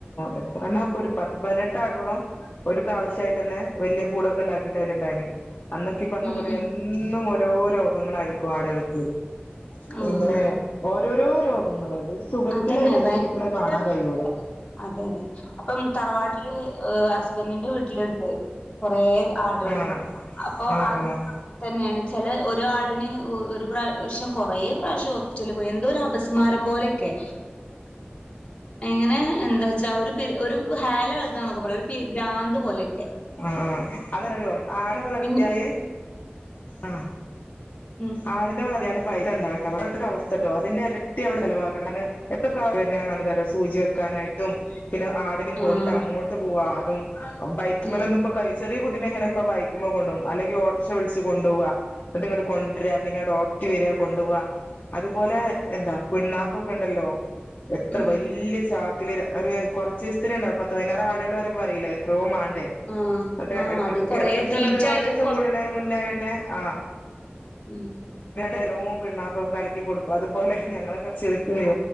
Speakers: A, on the left (about 45°); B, on the left (about 25°).
A: എത്രെണ്ണ ഇപ്പൊ ഒരു പത്ത് പതിനെട്ടാടോളം ഒരു പ്രാവശ്യയിട്ട് തന്നെ വലിയ കൂടൊക്കെ ഉണ്ടാക്കിട്ടയ്ല് അതിലുണ്ടായീനി അന്നോക്കീ പറഞ്ഞ
B: ഉം
A: പോലെ
B: ഉം
A: എന്നും ഓരോ രോഗങ്ങളായിരിക്കും ആടുകൾക്ക്
B: ആഹ്
A: ഇങ്ങനെ ഓരോരോ രോഗങ്ങള് സുഖത്തിലായിട്ട്
B: അതന്നെ ഭയങ്കര
A: ജീവിക്കണ കാണാൻ കഴിയൂല
B: അതെ അതെ അപ്പം തറവാട്ടില് ഹസ്ബൻറിന്റെ വീട്ടിലുണ്ട് കൊറേ ആടുകള്
A: ആഹ്
B: അപ്പൊ
A: ആഹ്
B: അത്
A: ആഹ്
B: തന്നെയാണ് ചില ഒരു ഒരാടിന് ഒരു പ്രാവശ്യം കുറേ പ്രാവശ്യം ഹോസ്പിറ്റലിൽ പോയി എന്തോ ഒരു അപസ്മാരം പോലെയൊക്കെ എങ്ങനെ എന്താ വച്ചാ ഒരു പി ഒരു ഹാലളുകാന്നൊക്കെ പറ ഒരു ഭ്രാന്ത് പോലെയൊക്കെ
A: ആ ആ അതൊരു ആടു വളർത്തിയാല്
B: പിന്നെ
A: ആ
B: ഉം
A: ആടിനെ വളർത്തിയാൽ പൈസ ണ്ടാക്കാ ഓരോര്ത്തരെ അവസ്ഥട്ടോ അതിന്റെ ഇരട്ടി അവ്ടെ ചിലവാക്കണം അല്ല എത്ര പ്രാവശ്യം പലതരം സൂചി വെക്കാനായിട്ടും പിന്നെ ആടിനേം കൊണ്ട്
B: ആഹ്
A: അങ്ങോട്ട് പോവാ- ബൈക്കുമലൊന്നും
B: ഉം
A: ഇപ്പൊ കൈ ചെറിയ കുട്ടീനെങ്ങനെ ഇപ്പ ബൈക്കുമ്മ കൊണ്ടോകും അല്ലെങ്കിൽ ഓട്ടറ്ക്ഷ വിളിച്ച് കൊണ്ടോവാ ന്ന്ട്ട് കൊണ്ട് ആരാ പിന്നെ ഡോ- റേറ്റ് വരാ കൊണ്ടുപോവാ അതുപോലെ എന്താ പിണ്ണാക്കൊക്കെ ഉണ്ടല്ലോ എത്ര
B: ഉം
A: വലില്യേ ചാക്കില് ഒരു കുറച്ച് ദിവസത്തിനേണ്ടാവുള്ളൂ പത്ത് പതിനാറ്ആട്ള് പറയുമ്പോൾ അറീല്ലേ എത്രയോ മ-
B: ആഹ്
A: മറ്റേ ഇട
B: ആഹ് അത് കൊറേ
A: ഇടക്കടുക്കണ
B: തീറ്റ
A: നാല്
B: ആയിട്ടൊക്കെ
A: ദിവസം കൂടുന്നന് മുന്നേന്നെ ആഹ്
B: ഊം
A: നല്ലോം പിണ്ണാക്കൊക്കെ കലക്കി കൊടുക്കും. അതുപോലെ ഞങ്ങളൊക്കെ ചിരിക്കുയെ